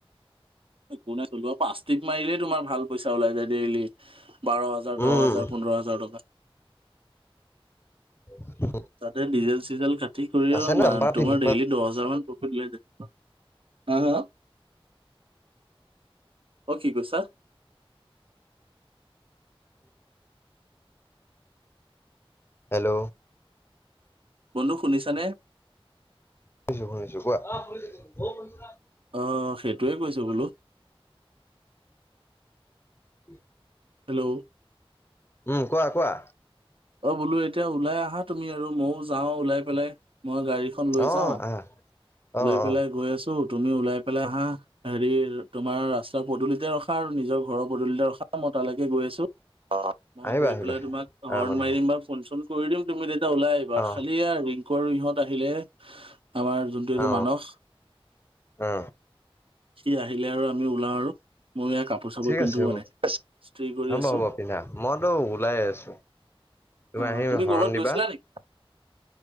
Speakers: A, on the right (about 65°); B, on the left (about 25°).
A: একো নাই চলোৱা পাষ্টিক মাৰিলে তোমাৰ ভাল। পইচা ওলাই যায় ডেইলি বাৰ হাজাৰ
B: উম
A: দহ হাজাৰ পোন্ধৰ হাজাৰ টকা
B: <unintelligible>
A: তাতে ডিজেল চিজেল কাটি কৰিও
B: আছে ন নাম্বাৰ তিনি
A: তোমাৰ ডেইলি দহ হাজাৰ মান প্ৰফিট লৈ যায়। হ হ, অ কি কৈছা?
B: হেল্ল'।
A: বন্ধু শুনিছানে?
B: শুনিছো শুনিছো। কোৱা?
A: অ সেইটোৱে কৈছো বোলো।
B: <unintelligible>
A: হেল্ল'
B: উম কোৱা, কোৱা?
A: অ বোলো এতিয়া ওলাই আহা তুমি আৰু মইও যাওঁ ওলাই পেলাই। মই গাড়ীখন লৈ
B: অ
A: যাও,
B: আহ অ
A: লৈ
B: অ
A: পেলাই গৈ আছ- তুমি ওলাই পেলাই আহা হেৰি তোমাৰ ৰাস্তাৰ পদূলিতে ৰখা আৰু নিজৰ ঘৰৰ পদুলিতে ৰখা মই তালৈকে গৈ আছো। অ হক। মই
B: আহিবা
A: গৈ
B: আহিবা
A: পেলাই তোমাক
B: আৰামত
A: হৰ্ণ মাৰিম বা ফোন চোন কৰি দিম তুমি তেতিয়া ওলাই আহিবা
B: অ
A: খালী আ ৰিং কৰ ইহঁত আহিলে আমাৰ যোনটো এইটো
B: অ
A: মানস
B: অ।
A: সি আহিলে আৰু আমি ওলাম আৰু ময়ো এয়া কাপ- কাপোৰ চাপোৰ
B: ঠিক আছে
A: পিন্ধো
B: হ'ব
A: <unintelligible> স্ত্ৰী কৰি
B: হ'ব
A: আছো।
B: হ'ব পিন্ধা মইতো ওলাই আছো। তুমি
A: অ
B: আহি হৰণ
A: কৰ'বাত
B: দিবা
A: গৈছিলা নেকি?